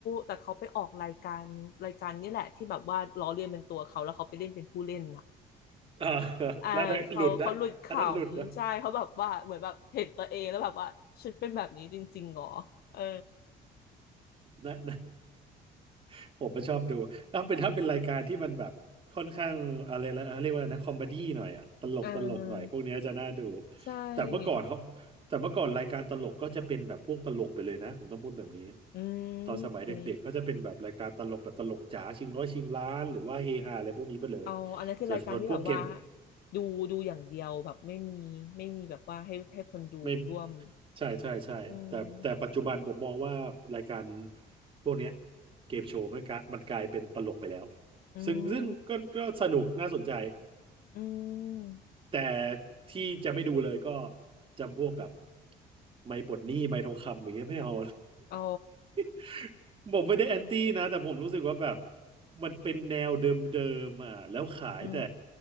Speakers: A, on the left; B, on the right.
A: แต่เขาไปออกรายการรายการนี่แหละที่แบบว่าล้อเลียนเป็นตัวเขาแล้วเขาไปเล่นเป็นผู้เล่นน่ะ
B: อ่า
A: อ่าเขาเขาหลุดขำใช่เขาแบบว่าเหมือนแบบเห็นตัวเองแล้วแบบว่าฉันเป็นแบบนี้จริงๆเหรอเออ
B: แล้วอันนั้นหลุดนะอันนั้นหลุดนะ นะ <laughs> ผมก็ชอบดูถ้าเป็นถ้าเป็นรายการที่มันแบบค่อนข้างอะไรนะเรียกว่าอะไรนะคอมเมดี้หน่อยอะตลกตลกหน่อยพวกเนี้ยจะน่าดู
A: เออใช่
B: แต่เมื่อก่อนเขาแต่เมื่อก่อนรายการตลกก็จะเป็นแบบพวกตลกไปเลยนะผมต้องพูดแบบนี้
A: อื
B: ตอนสมัยเด็กๆก็จะเป็นแบบรายการตลกแบบตลกจ๋าชิงร้อยชิงล้านหรือว่าเฮฮาอะไรพวกนี้ไปเลย
A: มเอาอันนั้นคือรายการที่แบบว่า
B: แต่ส่วนพวกเกม
A: ดูดูอย่างเดียวแบบไม่มีไม่มีแบบว่าให้ให้คนดูร่วม
B: ไม่ ใช่ใช่ใช่แต่แต่ปัจจุบันผมมองว่ารายการ
A: อืม
B: พวกเนี้ยเกมโชว์มันกลายมันกลายเป็นตลกไปแล้ว
A: อืม
B: ซึ่งซึ่งก็ก็สนุกน่าสนใจ
A: อืม
B: แต่ที่จะไม่ดูเลยก็จำพวกแบบไม่ปลดหนี้ไม่ทองคำอย่างเงี้ยไม่เอา
A: อ๋อ
B: <laughs> ผมไม่ได้แอนตี้นะแต่ผมรู้สึกว่าแบบมันเป็นแนวเดิมๆอ่ะแล้วขายแต่
A: อื